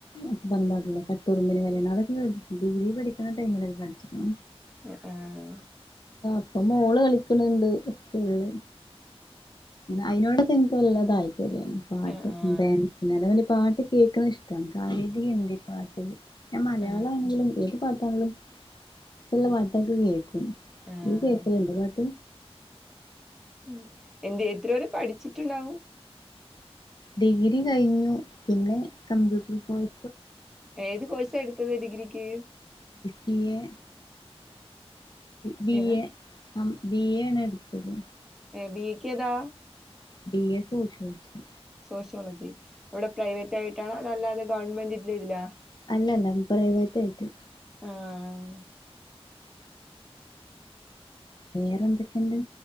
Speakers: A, on the left (about 45°); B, in the centre.
A: ഒക്കെ പർഞ്ഞ പാട്ടില്ലേ കട്ടുറുമ്പിന് കല്യാണം അതൊക്കെ കേട്ട് ഡിഗ്രി പഠിക്ണ തെങ്ങനൊക്കെ കൾച്ച്ക്ക്ണ
B: ആ ആഹ്
A: ഇപ്പൊ മോള് കളിക്ണണ്ട്. സ്കൂൾല്. അയിനോടൊക്കെ ൻക്ക് നല്ല താൽ ശരിയാണ് പാട്ട്
B: ആഹ് ആഹ്
A: ഡാൻ തെ മാരി പാട്ട് കേക്ണഹ് ഇഷ്ടാ. കാര്യായ്ട്ട് ഹിന്ദി പാട്ട്. ഞാൻ മലയാളാണെങ്കിലും
B: ആഹ്
A: ഏത് പാട് ഫോന്ലും ല്ല പാട്ടൊക്കെ കേക്കു
B: ആഹ്
A: ഇയ് കേക്കലുണ്ടോ പാട്ട്
B: ഉം എന്ത് എത്ര വരെ പഠിച്ചിട്ടുണ്ടാവും
A: ഡിഗ്രി കഴിഞ്ഞു പിന്നെ കമ്പ്യൂട്ടർ കോയി
B: ഏത് കോഴ്സ് എടുത്തത് ഡിഗ്രിക്ക്
A: ബി എ. ബി
B: ഏതാ
A: എ ആ ബി എ ആണ് എടുത്തത്
B: ബീയെക്ക് ഏതാ
A: ബി എ സോഷ്യോളജി
B: സോോളജി ഇവിടെ പ്രൈവറ്റ് ആയിട്ടാണ് അതല്ലാതെ ഗവൺമെന്റ് ഇല്ല
A: അല്ലല്ല ഒരേ പോലെ ത്തായിട്ട്
B: ആഹ്
A: വേറെന്തൊക്കെണ്ട്?